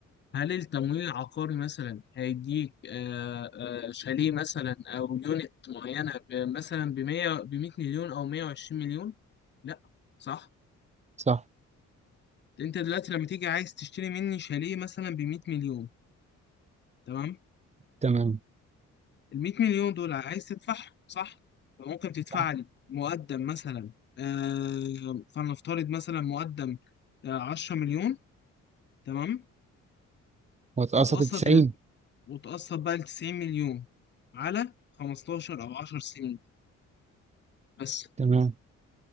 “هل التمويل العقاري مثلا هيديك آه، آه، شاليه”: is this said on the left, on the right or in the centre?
Left